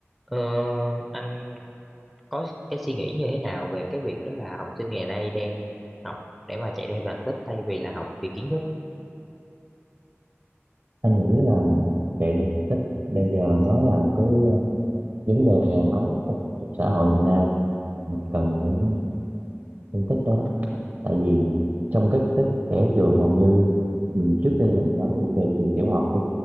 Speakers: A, in the centre; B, on the right.
A: Ờ, anh có cái suy nghĩ như thế nào về cái việc đó là học sinh ngày nay đang học để mà chạy theo thành tích thay vì là học vì kiến thức?
B: anh nghĩ là chạy đua thành tích bây giờ nó là một cái ờ, vấn đề nóng trong, trong xã hội hiện nay mình cần phải ờ, phân tích đó, đó. tại vì trong các tích trẻ trường hầu như mình trước đây là mình nói về về trường tiểu học đi.